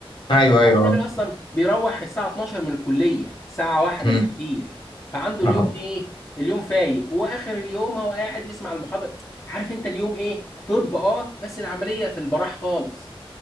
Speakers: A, on the left; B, on the left.
A: ايوه ايوه
B: هو الراجل
A: اه
B: اصلا بيروح الساعه 12 من الكليه ساعه واحده
A: أمم،
B: بالكتير فعنده
A: اه
B: اليوم ايه اليوم فايق واخر اليوم هو قاعد يسمع المحاضره عارف انت اليوم ايه طب اه بس العمليه في البراح خالص